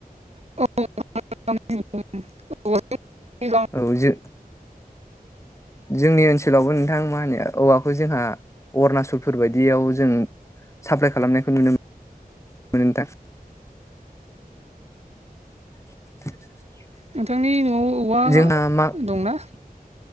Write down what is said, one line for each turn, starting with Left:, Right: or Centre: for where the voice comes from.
Right: <unintelligible>
Left: औ जो जोंनि ओनसोलावबो नोंथां मा होनो औवाखौ जोंहा अरुणाचलफोर बायदियाव जों साफ्लाय खालामनायखौ नुनो मोनो नोंथां। <inaudible>
Right: नोंथांनि न'आव औवा
Left: जोंहा मा
Right: दंना?